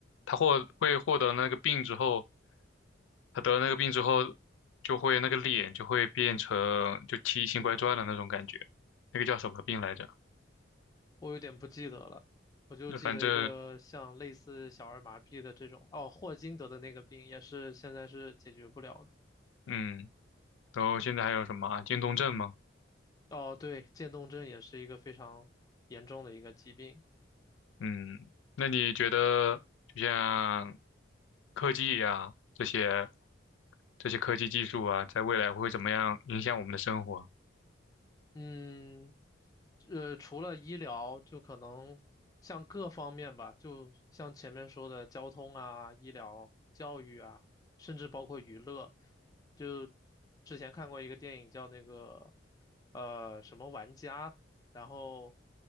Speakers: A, on the left; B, on the left.
A: 他获会获得那个病之后，他得了那个病之后，就会那个脸就会变成就奇形怪状的那种感觉，那个叫什么病来着？
B: 我有点不记得了，我就记得一个像类似小儿麻痹的这种，
A: 那反正
B: 哦，霍金得的那个病也是现在是解决不了的。
A: 嗯，然后现在还有什么啊渐冻症嘛，
B: 哦，对，渐冻症也是一个非常严重的一个疾病。
A: 嗯，那你觉得就像科技呀、这些这些科技技术啊，在未来会怎么样影响我们的生活？
B: 嗯，呃，除了医疗，就可能像各方面吧，就像前面说的交通啊、医疗、教育啊，甚至包括娱乐。就之前看过一个电影叫那个呃什么玩家，然后